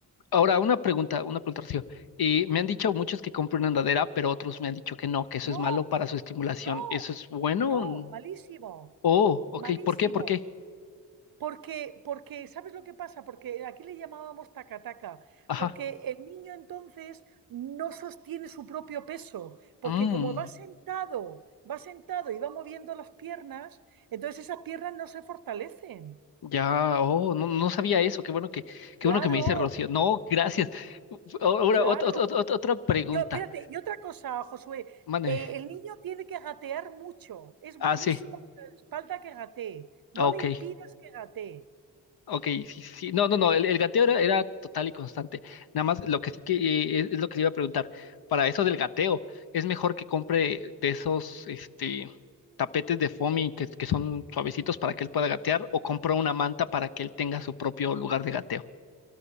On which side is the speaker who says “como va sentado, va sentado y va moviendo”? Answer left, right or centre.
Right